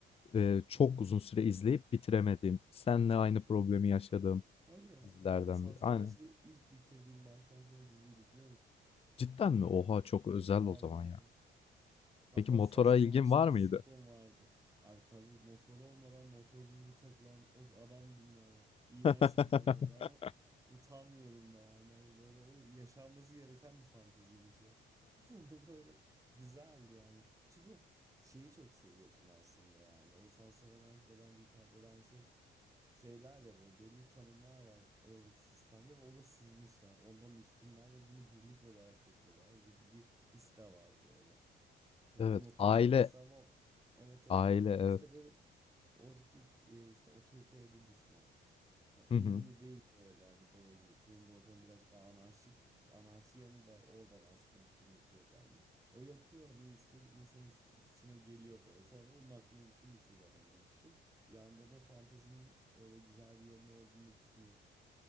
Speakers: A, on the left; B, on the right.
A: eee, çok
B: <laughs>
A: uzun süre izleyip bitiremediğim, seninle aynı problemi yaşadığım
B: Hadi ya.
A: dizilerden
B: Ben de Sansonaj'da
A: biri. Aynen.
B: ilk bitirdiğim baştan sona diziydi biliyor musun?
A: Cidden mi? Oha çok özel
B: Allah.
A: o zaman ya.
B: Hatta
A: Peki motora
B: Sansonaj'da
A: ilgin var
B: bir
A: mıydı?
B: Zippon vardı. Abi tabii motor olmadan motorcu gibi takılan o adamdım ben ya. İğrenç
A: <laughs>
B: bir dönemdi ama utanmıyorum da yani. Hani böyle o yaşanması gereken bir fanteziymiş ya. <laughs> Böyle güzeldi yani. Çünkü o şeyi çok seviyorsun aslında yani. O Sansonaj'da bence hitap eden şey şeyler ya böyle belli tanımlar var oradaki sistemde ve o da sızmışlar. Ondan üstünler ve bunu birlik olarak yapıyorlar gibi bir his de var böyle. Yani
A: Evet,
B: bir motor
A: aile,
B: çetesi ama evet evet
A: aile
B: ama
A: evet.
B: işte böyle oradaki e, işte otoriteye de düşman. Ha, uyumlu
A: Hı hı.
B: değil böyle hani böyle bulunduğu ortam biraz daha anarşik anarşi yanı da oradan aslında düşündürtüyor yani. O yapı hani insan, insan is- içine geliyor böyle. Sonra onun hakkında düşündükçe zaten gelişiyor. Bir yandan o fantezinin öyle güzel bir yanı olduğunu düşünüyorum.